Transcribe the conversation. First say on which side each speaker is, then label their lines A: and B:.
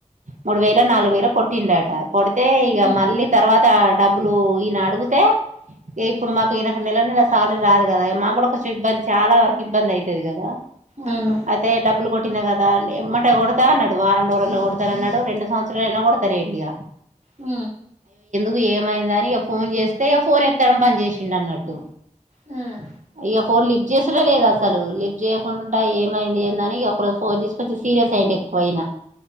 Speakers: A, on the right; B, on the right.
A: మూడు వేలో నాలుగు వేలో కొట్టిండట కొడితే ఇగ
B: ఉమ్
A: మళ్లీ తర్వాత డబ్బులు ఈయన అడుగుతే కే ఇప్పుడు మాకు ఈయనకు నెల నెల శాలరీ రాదు కదా ఇగ మాకు కూడా కొంచెం ఇబ్బంది చాలా వరకు ఇబ్బంది అయితది కదా
B: అవును
A: ఐతే డబ్బులు గొ ట్టినా కదా అంటే ఎమ్మటే కొడతా అన్నాడు వారం రోజులలో కొడతానన్నాడు రెండు సంవత్సరాలు అయినా కొడతలేడు ఇగ
B: ఊ
A: కూ ఏమైందని ఇగ ఫోన్ చేస్తే ఇగ ఫోన్ ఎత్తడం బంద్ జేసిండన్నట్టు
B: ఉమ్
A: ఇగ ఫోన్ లిబ్ చేస్తుడే లేదు అసలు లిఫ్ట్ చేయకుండా ఉంటే ఏమైంది ఏందని ఇగ ఒకరోజు ఫోన్ చేసి కొంచెం సీరియస్ అయిండు ఎక్కువ ఇనా